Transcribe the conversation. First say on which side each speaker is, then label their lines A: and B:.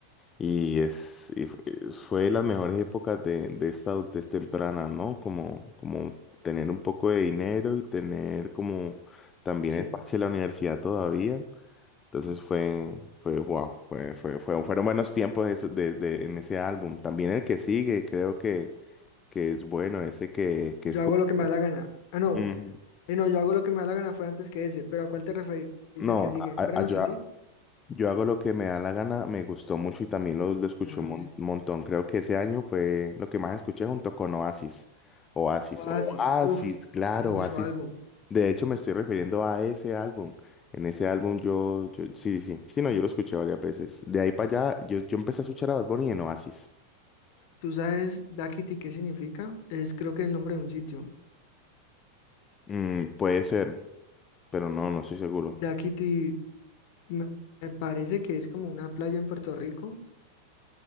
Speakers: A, on the left (about 20°); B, on the left (about 45°).
A: y es y fu- eh, fue de las mejores épocas de, de esta adultez temprana, ¿no? Como, como tener un poco de dinero y tener como también
B: Sí,
A: el parche de la universidad todavía. Entonces fue, fue, wow, fue, fue, fue- fueron buenos tiempos esos de, de- en ese álbum. También el que sigue, creo que, que es bueno, ese que, que
B: yo
A: es como
B: hago lo que me da la gana. Ah, no.
A: Mm,
B: Eh, no, yo hago lo que me da la gana fue antes que ese. ¿Pero a cuál te referís del
A: No,
B: que sigue?
A: a-
B: ¿Un verano
A: a- yo,
B: sin ti?
A: yo hago lo que me da la gana, me gustó mucho y también lo, lo escuché
B: Ah,
A: un mon-
B: sí.
A: montón. Creo que ese año fue lo que más escuché junto con Oasis. Oasis,
B: Oasis.
A: Oasis,
B: Uf,
A: claro,
B: es mucho
A: Oasis.
B: álbum.
A: De hecho, me estoy refiriendo a ese álbum. En ese álbum yo, yo sí, sí, sí, no, yo lo escuché varias veces. De ahí para allá, yo, yo empecé a escuchar a Bad Bunny en Oasis.
B: ¿Tú sabes Dakity qué significa? Es creo que el nombre de un sitio.
A: Mm, puede ser, pero no, no estoy seguro.
B: Dakity me me parece que es como una playa en Puerto Rico